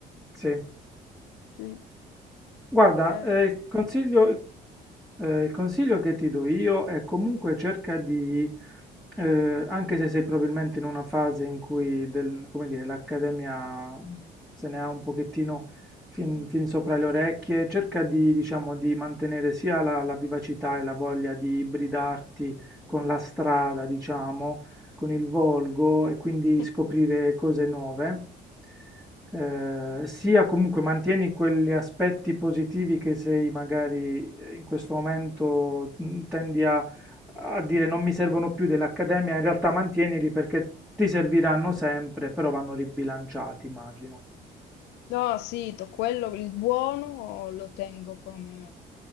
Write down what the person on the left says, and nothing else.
Sì.
eh.
<laughs>
No, sì, to- quello, il buono lo tengo come